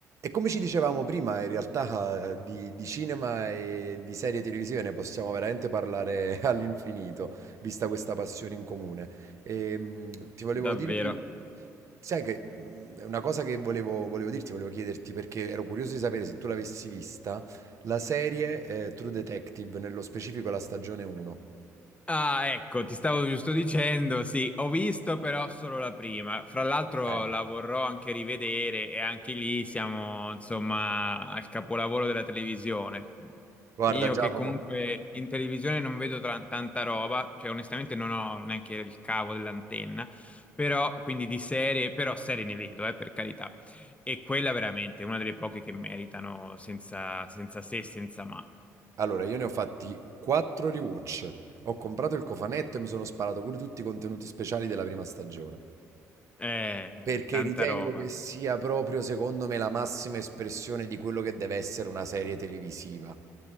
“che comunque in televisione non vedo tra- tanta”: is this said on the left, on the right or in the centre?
Left